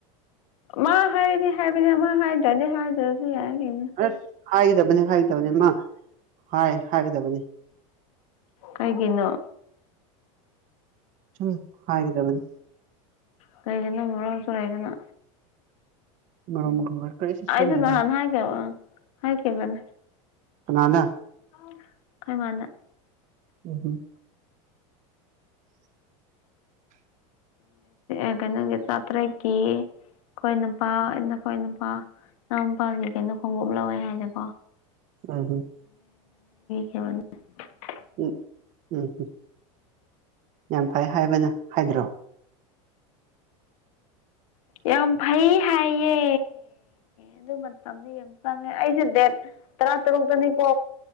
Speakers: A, on the left; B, on the right.
A: ꯃꯥ ꯍꯥꯏꯔꯗꯤ ꯍꯥꯏꯕꯅꯦ ꯃꯥ ꯍꯥꯏꯗꯔꯥꯗꯤ ꯍꯥꯏꯗꯔꯥꯁꯨ ꯌꯥꯏ ꯀꯩꯅꯣ
B: ꯑꯁ ꯍꯥꯏꯒꯗꯕꯅꯤ ꯍꯥꯏꯒꯗꯕꯅꯤ ꯃꯥ ꯍꯥꯏ ꯍꯥꯏꯒꯗꯕꯅꯤ
A: ꯀꯩꯒꯤꯅꯣ
B: ꯁꯨꯝ ꯍꯥꯏꯒꯥꯗꯕꯅꯤ
A: ꯀꯔꯤꯒꯤꯅꯣ ꯉꯔꯡ ꯇꯧꯔꯛ ꯏꯗꯨꯅ
B: ꯃꯔꯣꯝ ꯀꯔꯤꯁꯨ
A: ꯑꯩꯖꯨ
B: ꯁꯣꯟꯗꯦꯗ
A: ꯅꯍꯥꯟ ꯍꯥꯏꯈꯤꯕꯅꯤ
B: ꯀꯅꯥꯅ
A: ꯑꯩꯈꯣꯏ ꯃꯥꯅꯥ
B: ꯎꯝ ꯍꯝ <unintelligible>
A: ꯎ ꯀꯩꯅꯣꯒꯤ ꯆꯥꯇ꯭ꯔꯦꯠꯀꯤ ꯑꯩꯈꯣꯏ ꯅꯨꯄꯥ ꯅꯈꯣꯏ ꯅꯨꯄꯥ ꯅꯅꯥꯑꯣꯄꯥꯒꯤ ꯀꯩꯅꯣ ꯈꯣꯡꯎꯞ ꯂꯧꯋꯦ ꯍꯥꯏꯅꯦꯀꯣ
B: ꯎꯝ ꯎꯝ
A: <unintelligible>
B: ꯎꯝ ꯎꯝ ꯎꯝ ꯌꯥꯝ ꯐꯩ ꯍꯥꯏꯕꯅ ꯍꯥꯏꯗ꯭ꯔꯣ
A: ꯌꯥꯝ ꯐꯩ ꯍꯥꯏ ꯌꯦ ꯑꯗꯨ ꯃꯇꯝꯗꯤ ꯌꯥꯝ ꯆꯪꯉꯦ ꯑꯩꯁꯦ ꯗꯦꯠ ꯇꯔꯥ ꯇꯔꯨꯛꯇꯅꯤꯀꯣ